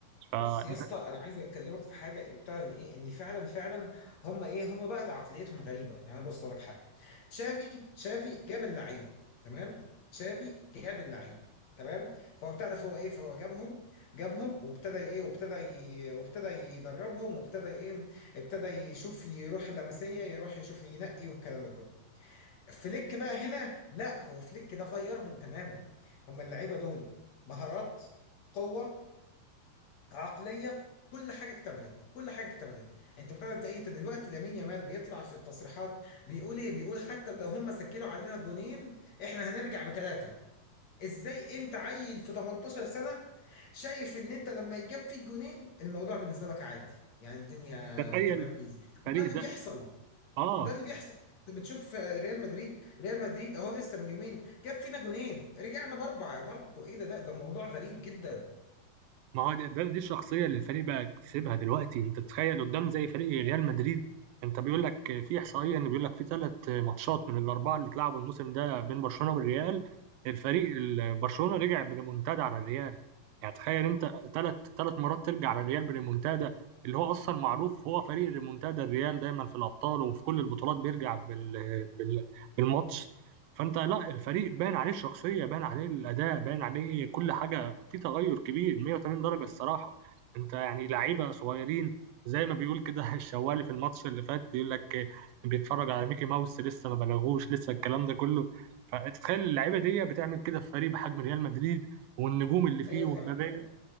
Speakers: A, on the right (about 80°); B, on the left (about 50°).
A: فانت
B: بص يا اسطى انا عايز اكلمك في حاجه ان بتاع ان ايه ان فعلا فعلا هم ايه هم بقى عقليتهم غريبه يعني بص أقول لك حاجه تشافي تشافي جاب اللعيبه تمام تشافي جاب اللعيبه تمام فهو ابتدى فهو ايه فهو جابهم جابهم وابتدى ايه وابتدى ي- وابتدى يدربهم وابتدى ايه ابتدى يشوف يروح اللمسيه يروح يشوف ينقي والكلام ده كله فليك بقى هنا لا هو فليك ده غيرهم تماما هم اللعيبه دول مهارات قوه عقليه كل حاجه اكتملت كل حاجه اكتملت انت بتاع انت ايه انت دلوقتي لامين يامال بيطلع في التصريحات بيقول ايه بيقول حتى لو هم سجلوا علينا جونين احنا هنرجع بثلاثه ازاي انت عيل في 18 سنه شايف ان انت لما يجاب فيك جونين الموضوع بالنسبه لك عادي يعني الدنيا
A: تخيل
B: تمام ايزي وده
A: الفريق
B: اللي
A: ده
B: بيحصل
A: اه
B: ده اللي بيحصل انت بتشوف ريال مدريد ريال مدريد اهو لسه من يومين جاب فينا جونين رجعنا باربعه يا ماركو ايه ده ده ده موضوع غريب جدا
A: ما هو ده ده- دي الشخصية اللي الفريق بقى اكتسبها دلوقتي انت تتخيل قدام زي فريق ريال مدريد انت بيقول لك في احصائية ان بيقول لك في ثلاث ماتشات من الاربعة اللي اتلعبوا الموسم ده بين برشلونة والريال الفريق ال- برشلونة رجع بريمونتادا على الريال يعني تخيل انت ثلاث ثلاث مرات ترجع على الريال بريمونتادا اللي هو اصلا معروف هو فريق ريمونتادا الريال دايما في الابطال وفي كل البطولات بيرجع بال... بال... بالماتش فانت لا الفريق باين عليه الشخصيه باين عليه الاداء باين عليه كل حاجه في تغير كبير 180 درجه الصراحه انت يعني لعيبه صغيرين زي ما بيقول كده <laughs> الشوالي في الماتش اللي فات يقول لك بيتفرج على ميكي ماوس لسه ما بلغوش لسه الكلام ده كله فتتخيل اللعيبه دي بتعمل كده في فريق بحجم ريال مدريد والنجوم اللي فيه
B: ايوه
A: ومبابي
B: فعلا طبعا